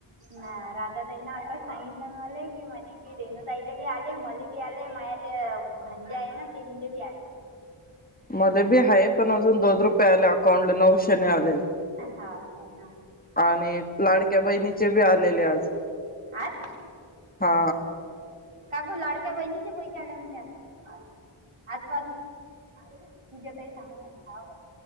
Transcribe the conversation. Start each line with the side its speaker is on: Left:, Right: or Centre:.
Right: ना राधाताईनं आताच सांगितलं मला की म्हणे की रेणुताईला बी आले मले बी आले माझ्या ते भांजे आहे ना तंडे बी आले म्ह
Left: मध्ये बी आहे पण अजून दोन रुपये आले अकाउंट ला नऊशेने आलेले
Right: हा का
Left: आणि लाडक्या बहिणीचे बी आलेले आज
Right: आज
Left: हा
Right: काकू लाडक्या बहिणीचे पैसे आले म्हणते आ आजपासून तुझ्यातही सांगणार हव का